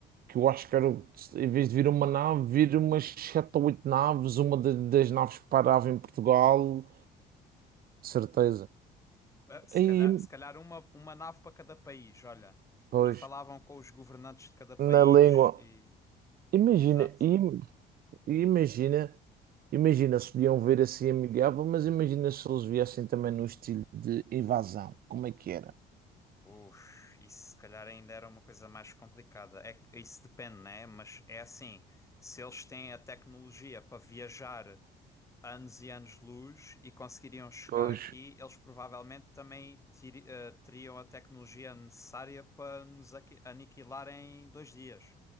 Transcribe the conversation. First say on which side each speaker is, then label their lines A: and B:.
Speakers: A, on the right (about 60°); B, on the left (about 15°).
A: que eu acho que era, o- em vez de vir uma nave, vir umas sete ou oito naves, uma da- das naves que parava em Portugal de certeza.
B: Ah, se
A: E,
B: calhar, se calhar uma, uma nave para cada país, olha,
A: Pois.
B: e falavam com os governantes de cada país
A: na língua.
B: e,
A: Imagina,
B: exato.
A: im- imagina, imagina se podiam ver assim amigável, mas imagina se eles viessem também no estilo de invasão, como é que era?
B: Uf, isso se calhar ainda era uma coisa mais complicada. É, que isso depende, né? Mas é assim, se eles têm a tecnologia para viajar anos e anos-luz e conseguiriam chegar
A: Pois.
B: aqui, eles provavelmente também tiri- eh, teriam a tecnologia necessária para nos aqui- aniquilar em dois dias.